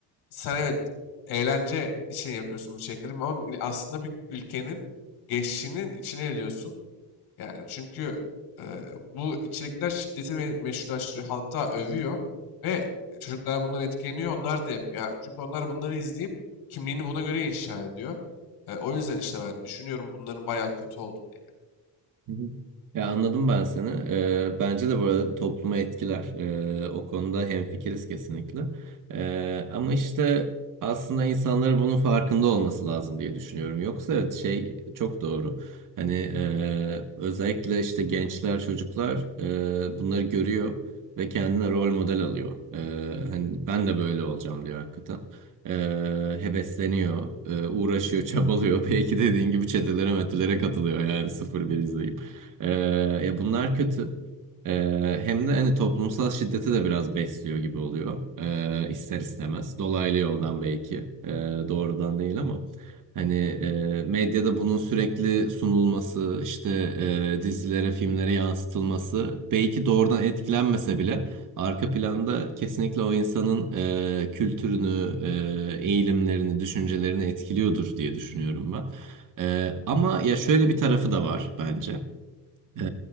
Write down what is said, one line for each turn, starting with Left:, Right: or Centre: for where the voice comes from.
Left: sen evet eğlence için yapıyorsun bu çekleri ama aslında bir ülkenin geçişinin içine ediyorsun. Yani çünkü e, bu içerikler şiddeti me- meşrulaştırıyor. Hatta övüyor ve çocuklar bundan etkileniyor. Onlar da yapıyor. abi. Çünkü onlar bunları izleyip kimliğini buna göre inşa ediyor. E, o yüzden işte ben düşünüyorum bunların bayağı kötü olduğunu. yani.
Right: Hı hı. Ya anladım ben seni. Ee, bence de bu arada toplumu etkiler. Ee, o konuda hemfikiriz kesinlikle. Ee, ama işte aslında insanların bunun farkında olması lazım diye düşünüyorum. Yoksa evet şey çok doğru. Hani e, özellikle işte gençler, çocuklar e, bunları görüyor ve kendine rol model alıyor. Ee, hani ben de böyle olacağım diyor hakikaten. Ee, hevesleniyor, e, uğraşıyor, çabalıyor. <laughs> Belki dediğin gibi çetelere metelere katılıyor yani sıfır bir izleyip. Ee, ya bunlar kötü. Ee, hem de hani toplumsal şiddeti de biraz besliyor gibi oluyor. Ee, ister istemez. Dolaylı yoldan belki. Ee, doğrudan değil ama. Hani e, medyada bunun sürekli sunulması, işte e, dizilere, filmlere yansıtılması belki doğrudan etkilenmese bile arka planda kesinlikle o insanın e, kültürünü, e, eğilimlerini, düşüncelerini etkiliyordur diye düşünüyorum ben. E, ama ya şöyle bir tarafı da var bence. Ee,